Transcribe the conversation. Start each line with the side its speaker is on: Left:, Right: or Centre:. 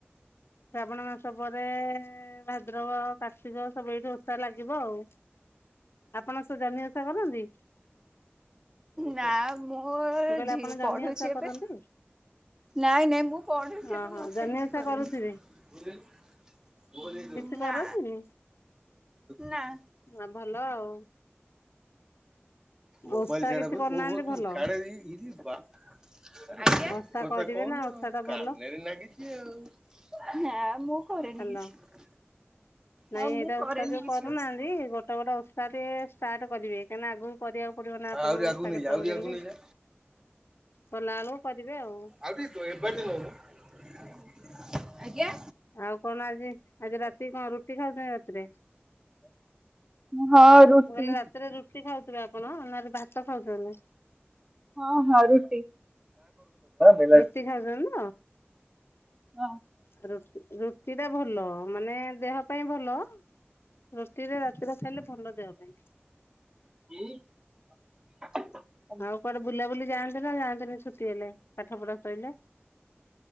Left: ଶ୍ରାବଣ ମାସ ପରେ ଭାଦ୍ରବ କାର୍ତ୍ତିକ ସବୁ ଏଇଠି ଓଷା ଲାଗିବ ଆଉ। ଆପଣ ସେ ଜହ୍ନି ଓଷା କରନ୍ତି?
Right: ନା ମୋର
Left: ମୁଁ କହିଲି
Right: ଝି
Left: ଆପଣ ଜହ୍ନି
Right: ପଢୁଛି
Left: ଓଷା କରନ୍ତି?
Right: ଏବେ। ନାଇଁ ନାଇଁ ମୁଁ ପଢୁଛି ଏବେ
Left: ଓହୋ
Right: ମୁସେଗୁରା
Left: ଜହ୍ନି
Right: କିଛି
Left: ଓଷା
Right: କରେନି।
Left: କରୁଥିବେ
Right: ନା
Left: କିଛି କରନ୍ତିନି
Right: ନା।
Left: ହଁ ଭଲ ଆଉ।
Right: ମୋବାଇଲି
Left: ଓଷା
Right: ସିଆଡଡେ
Left: କିଛି
Right: ରଖୂଚୁ
Left: କରୁନାହାନ୍ତି
Right: ଓହୋ
Left: ଭଲ।
Right: ତୁ ସିଆଡେ ଇରେ ବାପା। ଆଜ୍ଞା ସେ
Left: ଓଷା
Right: କଥା
Left: କରିବେ
Right: କହୁନୁ
Left: ନା ଓଷା
Right: ଆ
Left: ଟା ଭଲ
Right: କାନରେ ଲାଗିଛି। ନା ମୁଁ କରେନି
Left: ହାଲୋ।
Right: କିଛି।
Left: ନାଇଁ
Right: ହଁ
Left: ଏଇଟା
Right: ମୁଁ
Left: ଓଷା
Right: କରେନି
Left: ଯୋଉ
Right: କିଛି
Left: କରୁନାହାନ୍ତି
Right: ଓଷା।
Left: ଗୋଟେ ଗୋଟ ଓଷାରେ ଷ୍ଟାର୍ଟ କରିବେ କାହିଁକିନା ଆଗକୁ କରିବାକୁ ପଡିବ ନା ଆପଣଙ୍କୁ
Right: ଆହୁରି ଆଗକୁ
Left: ଓଷା
Right: ନେଇଯା
Left: କେତବେଳେ
Right: ଆହୁରି ଆଗକୁ
Left: କେମିତି
Right: ନେଇଯା
Left: କଲା ବେଳକୁ କରିବେ ଆଉ।
Right: ଆଜି ତ ଏବା ଟେ ନୋଉଁ ନୋଉଁ। ଆଜ୍ଞା।
Left: ଆଉ କଣ ଆଜି ଆଜି ରାତି କଣ ରୁଟି ଖାଉଚନ୍ତି ରାତିରେ?
Right: ହଁ ରୁଟି
Left: ମୁଁ କହିଲି ରାତିରେ ରୁଟି ଖାଉଥିବେ ଆପଣ ନହେଲେ ଭାତ ଖାଉଚନ୍ତି?
Right: ହଁ ହଁ ରୁଟି। ବେଲାଠୁ।
Left: ରୁଟି ଖାଉଛନ୍ତି
Right: ନା
Left: ତ ରୁଟି ଟା ଭଲ। ମାନେ ଦେହ ପାଇଁ ଭଲ ରୁଟିରେ ରାତିରେ ଖାଇଲେ ଭଲ ଦେହ ପାଇଁ।
Right: <inaudible>
Left: ଆଉ କୁଆଡେ ବୁଲା ବୁଲି ଯାଆନ୍ତି ନା ଯାଆନ୍ତିନି ଛୁଟି ହେଲେ ପାଠ ପଢା ଶଇଲେ?